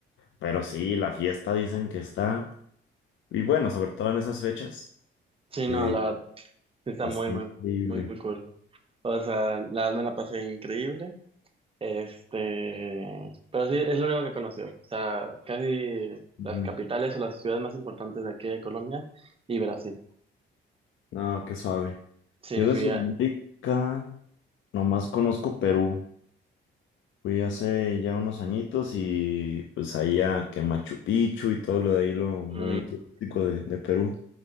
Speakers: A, on the left; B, on the right.
A: Pero sí, la fiesta dicen que está, y bueno, sobre todo en esas fechas,
B: Sí,
A: que,
B: no, la verdad sí está
A: que
B: muy,
A: está
B: muy,
A: increíble.
B: muy, muy cool. O sea, la verdad me la pasé increíble. Este, pero sí, es lo único que conocí. O sea, casi las
A: Ujú.
B: capitales o las ciudades más importantes de aquí de Colombia y Brasil.
A: No, qué suave.
B: Sí,
A: Yo de
B: fui
A: Sudamérica
B: a...
A: nomás conozco Perú. Fui hace ya unos añitos y pues ahí a que Machu Picchu y todo lo de ahí, lo muy
B: mm,
A: turístico de, de Perú.